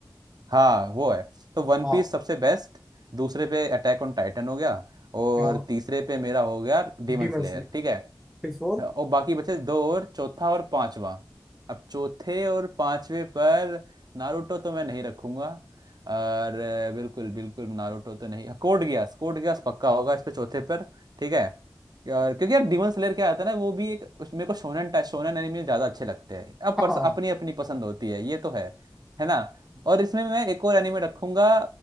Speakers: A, on the right; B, in the centre.
A: हाँ वो है तो वन
B: हाँ
A: पीस सबसे बेस्ट दूसरे पे अटैक ऑन टाइटन हो गया और
B: हाँ
A: तीसरे पे मेरा हो गया डेमन
B: डीमन
A: स्लेयर
B: स्लेयर
A: ठीक है
B: बिफोर
A: और बाकी बचे दो और चौथा और पांचवा अब चौथे और पांचवे पर नारुतो तो मैं नहीं रखूंगा और अ, बिल्कुल बिल्कुल नारुतो तो नहीं कोड गियास कोड गियास पक्का होगा इस पे चौथे पर ठीक है और क्योंकि यार डीमन स्लेयर क्या आता है ना वो भी एक उस- मेरे को शोनन टाइप शोनन एनिमे ज्यादा अच्छे लगते हैं अब
B: हाँ
A: पर्स, अपनी अपनी पसंद होती है ये तो है है ना और इसमें मैं एक और एनिमे रखूंगा